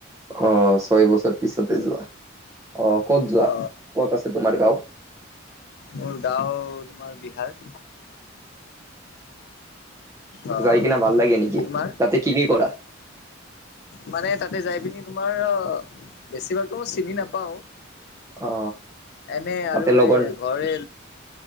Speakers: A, on the right; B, on the left.
A: অ ছয় বছৰ পিছতে যোৱা, অ ক'ত যোৱা?
B: অ
A: ক'ত আছে তোমাৰ গাওঁ?
B: মোৰ গাঁও তোমাৰ বিহাৰ। অ
A: যাই কিনা ভাল লাগে নেকি?
B: তোমাৰ?
A: তাতে কি কি কৰা?
B: মানে তাতে যাই পিনি তোমাৰ আ বেছি ভাগ ত মই চিনি নাপাও।
A: অ।
B: এনে আৰু
A: তাতে লগৰ
B: এ ঘৰে